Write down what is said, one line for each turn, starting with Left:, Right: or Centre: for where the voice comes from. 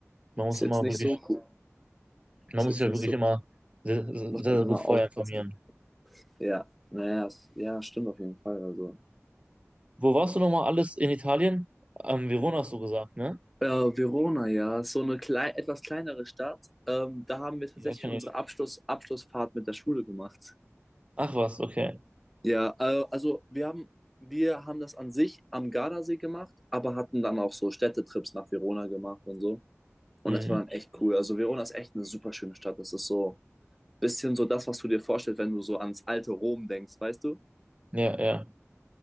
Right: Man muss
Centre: ist jetzt
Right: immer
Centre: nicht
Right: wirklich,
Centre: so cool.
Right: man
Centre: Ist
Right: muss
Centre: jetzt
Right: sich
Centre: nicht
Right: ja wirklich
Centre: so,
Right: immer sehr, sehr,
Centre: muss
Right: sehr
Centre: man immer
Right: gut vorher
Centre: aufpassen.
Right: informieren.
Centre: Ja, naja, ja, stimmt auf jeden Fall. Also,
Right: Wo warst du nochmal alles in Italien? Ähm, Verona hast du gesagt, ne?
Centre: Äh, Verona, ja, so eine klei etwas kleinere Stadt. Ähm, da haben wir tatsächlich
Right: Ja, kenne
Centre: unsere
Right: ich.
Centre: Abschluss Abschlussfahrt mit der Schule gemacht.
Right: Ach was, okay.
Centre: Ja, äh, also wir haben, wir haben das an sich am Gardasee gemacht, aber hatten dann auch so Städtetrips nach Verona gemacht und so. Und
Right: Mhm.
Centre: das war dann echt cool. Also Verona ist echt eine super schöne Stadt. Das ist so ein bisschen so das, was du dir vorstellst, wenn du so ans alte Rom denkst, weißt du?
Right: Ja, ja.